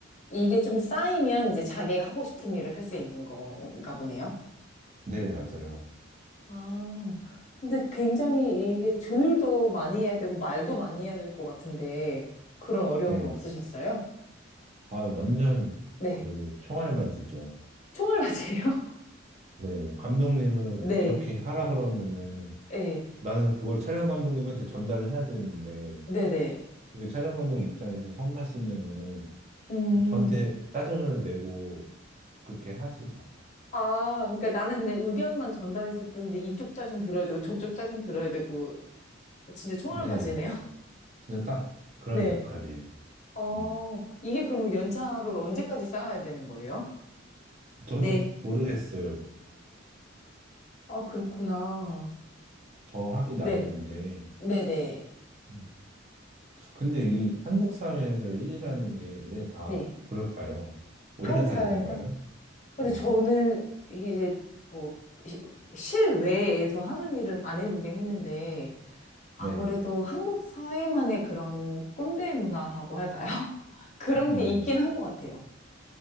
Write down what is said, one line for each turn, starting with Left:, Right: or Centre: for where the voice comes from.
Left: 이게 좀 쌓이면 이제 자기가 하고 싶은 일을 할 수 있는 건가 보네요.
Right: 네, 맞아요.
Left: 아, 근데 굉장히 이게 조율도 많이 해야 되고 말도 많이 해야 될 것 같은데 그런 어려움은
Right: 네.
Left: 없으셨어요?
Right: 아, 완전
Left: 네.
Right: 그 총알맞이죠.
Left: 총알맞이에요?
Right: 네, 뭐 감독님은
Left: <laughs> 네.
Right: 이렇게 하라 그러면은
Left: 네.
Right: 나는 그걸 촬영 감독님한테 전달을 해야 되는데,
Left: 네네.
Right: 그게 촬영 감독 입장에서 성가시면은
Left: 음.
Right: 저한테 짜증을 내고 그렇게 하시죠.
Left: 아, 그러니까 나는 그냥 의견만 전달했을 뿐인데 이쪽 짜증 들어야 되고 저쪽 짜증 들어야 되고 진짜 총알맞이네요.
Right: 네. 그냥 딱
Left: <laughs>
Right: 그런
Left: 네.
Right: 역할이에요.
Left: 어,
Right: 음.
Left: 이게 그러면 연차를 언제까지 쌓아야 되는 거예요?
Right: 저도
Left: 네.
Right: <laughs> 모르겠어요.
Left: 아, 그렇구나.
Right: 저 하기 나름인데.
Left: 네. 네네.
Right: 음. 근데 이 한국 사회에서 일이라는 게 왜 다
Left: 네.
Right: 그럴까요? 원래
Left: 한국
Right: 다
Left: 사회에서?
Right: 이런가요?
Left: 근데
Right: 네,
Left: 저는 이제 뭐 시- 실외에서 하는 일은 안 해보긴 했는데 아무래도
Right: 네,
Left: 한국 사회만의 그런 꼰대 문화라고 할까요? <laughs> 그런
Right: 네.
Left: 게 있긴 한 것 같아요.